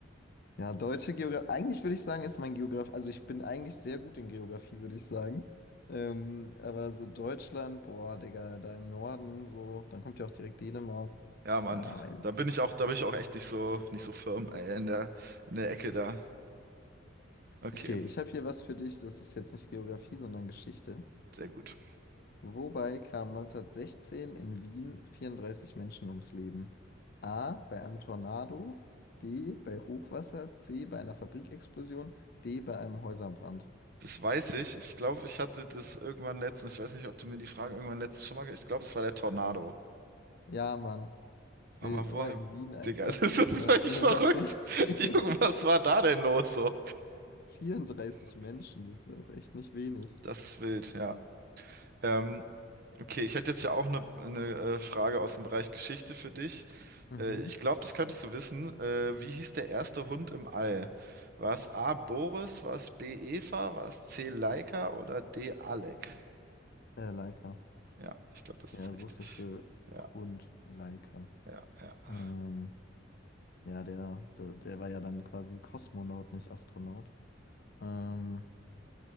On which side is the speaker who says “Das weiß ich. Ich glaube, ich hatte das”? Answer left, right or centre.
Right